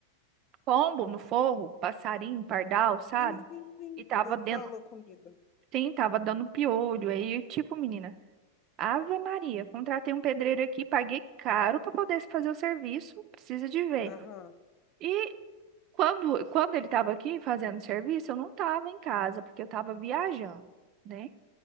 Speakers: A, on the right; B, on the left.
A: pombo no forro, passarinho, pardal, sabe?
B: Sim, sim, sim.
A: E tava
B: Tu
A: dentro,
B: falou comigo.
A: Sim, tava dando piolho. Aí, tipo, menina, Ave Maria, contratei um pedreiro aqui, paguei caro pra poder fazer o serviço, precisa de ver.
B: Aham.
A: E quando, quando ele tava aqui fazendo o serviço, eu não tava em casa, porque eu tava viajando, né?